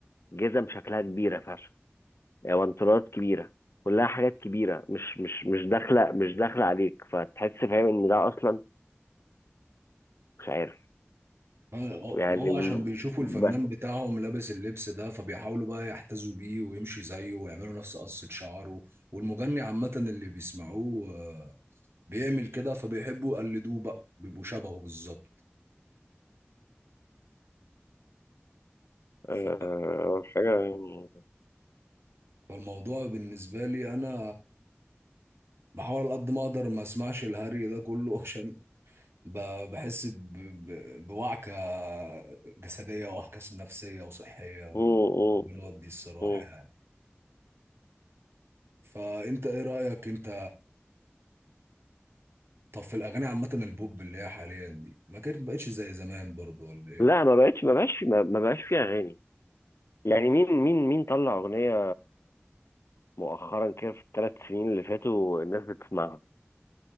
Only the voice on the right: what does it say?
آه، هو
هو
عشان بيشوفوا
الفنان بتاعهم لابس اللبس ده فبيحاولوا بقى يحتذوا بيه ويمشي زيه ويعملوا نفس قصة شعره والمغني عامة اللي بيسمعوه آه، بيعمل كده فبيحبوا يقلدوه بقى بيبقوا شبهه بالظبط ف...
فالموضوع بالنسبة لي أنا بحاول على قد ما أقدر ما أسمعش الهري ده كله <laughs> عشان ب... بحس ب... ب... بوعكة جسدية ووعكة نفسية وصحية من
القنوات دي الصراحة
يعني فأنت إيه رأيك أنت طب في الأغاني عامة البوب اللي هي حاليا دي ما كانت بقتش زي زمان برضه ولا إيه؟